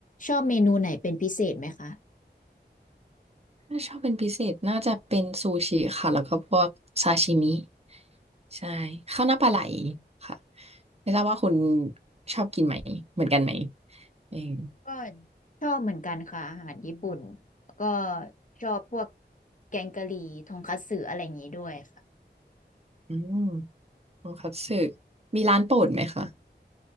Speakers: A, on the left; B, on the right.
A: ชอบเมนูไหนเป็นพิเศษไหมคะ
B: ถ้าชอบเป็นพิเศษน่าจะเป็นซูชิค่ะแล้วก็พวกซาชิมิ ใช่ข้าวหน้าปลาไหลค่ะไม่ทราบว่าคุณชอบกินไหมเหมือนกันไหมเอง
A: ก็ชอบเหมือนกันค่ะอาหารญี่ปุ่นก็ชอบพวกแกงกะหรี่ทงคัตสึอะไรอย่างนี้ด้วยค่ะ
B: ออืมโทคัตสึมีร้านโปรดไหมคะ